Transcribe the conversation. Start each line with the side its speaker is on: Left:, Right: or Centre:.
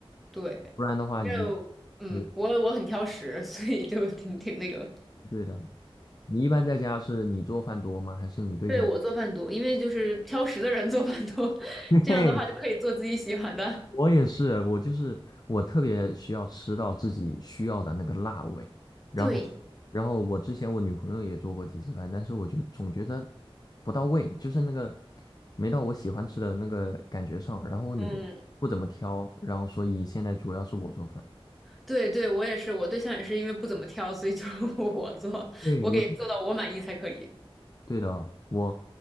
Centre: 对，
Left: 不然的话，
Centre: 就嗯，
Left: 一，对
Centre: 我我很挑食，<laughs> 所以就挺挺那个。
Left: 对的，你一般在家是你做饭多吗？还是你对象？
Centre: 对，我做饭多，因为就是挑食的人做饭多，<laughs>
Left: <laughs>
Centre: 这样的话就可以做自己喜欢的。
Left: 我也是，我就是我特别需要吃到自己需要的那个辣味，然后，
Centre: 对，
Left: 然后我之前我女朋友也做过几次饭，但是我就总觉得不到位，就是那个没到我喜欢吃的那个感觉上，然后我女朋友不怎么挑，
Centre: 嗯，
Left: 然后所以现在主要是我做饭。
Centre: 对对，我也是，我对象也是因为不怎么挑，所以就 <laughs> 我做，
Left: 对，
Centre: 我给做到我满意才可以。
Left: 我。对的，我